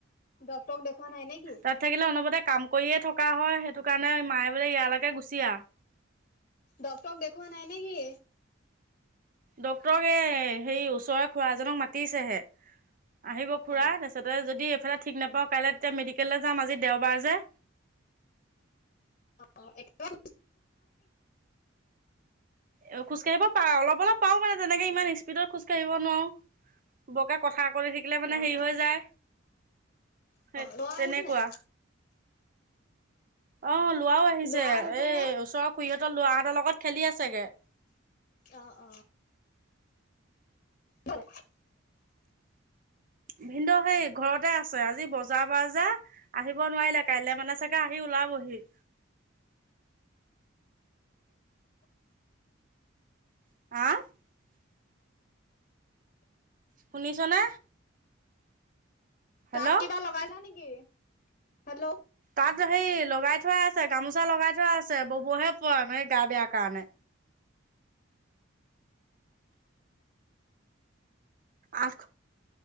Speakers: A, on the left; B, on the right.
A: ডক্তৰক দেখুওৱা নাই নে কি
B: তাত থাকিলে অনপতে কাম কৰিয়ে থকা হয় সেইটো কাৰণে মায়ে বোলে ইয়ালৈকে গুচি আহ
A: ডক্টৰক দেখুৱা নাই নে কি
B: ড্ক্তৰক এ হেৰি ওচৰৰে খৰা এজনক মাতিছেহে আহিব খুৰা
A: অ
B: তাৰপছতে যদি এইফালে ঠিক নাপাও কাইলৈ এতিয়া মেডিকেললৈ যাম আজি দেওবাৰ যে
A: অ একেব
B: এ খোজকাাঢ়িব পা অলপ অলপ পাও মানে তেনেকে ইমান স্পীডত খোজ কাঢ়িব নোৱাৰো বকে কথা সকলি শিকিলে
A: অ
B: মানে
A: অ
B: হেৰি
A: অ
B: হৈ যায় সেই
A: ল'ৰা
B: তেনেকুৱা
A: আহিছে নে
B: অ লোৱাও আহিছে
A: ল'ৰা
B: এই
A: নে
B: ওচৰৰ খুুৰীহঁতৰ লৰাাহঁতৰ লগত খেলি আছেগে
A: অ অ ভাল
B: ভিদ সেই ঘৰতে আছে আজি বজাৰ বজাৰ আহিব নোৱাৰিলে কাইলে মানে চাগে আহি ওলাবহি <unintelligible> শুনিছনে হেল্ল'।
A: তাত কিবা লগাই যা নেকি হেল্ল'
B: তাত হে লগাই থোৱা আছে গামোচা লগাই থোৱা আছে ববহে পোৱা ন সেই গা বেয়া কাৰণে আঠ